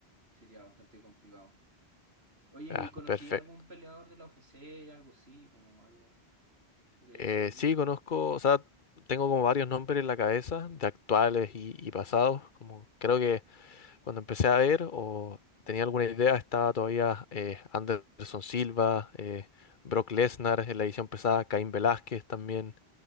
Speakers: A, on the right (about 75°); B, on the left (about 50°).
A: sería bastante complicado. Oye,
B: Ah,
A: ¿y conocí
B: perfecto.
A: a algún peleador de la OFC, algo así, como algo que haya
B: Eh,
A: seguido?
B: sí, conozco, o sea, tengo como varios nombres en la cabeza de actuales y, y pasados, como creo que cuando empecé a ver o tenía alguna idea estaba todavía eh, Anderson Silva, eh, Brock Lesnar en la edición pesada, Caín Velázquez también.